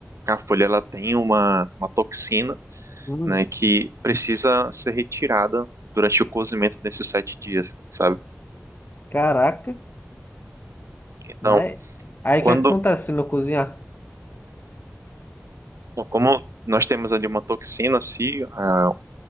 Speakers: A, on the right; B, on the left.
A: a folha ela tem uma, uma toxina,
B: Hum.
A: né, que precisa ser retirada durante o cozimento desses sete dias, sabe?
B: Caraca,
A: Então,
B: mas aí
A: quando,
B: o que acontece se não cozinhar?
A: como nós temos ali uma toxina, se ah,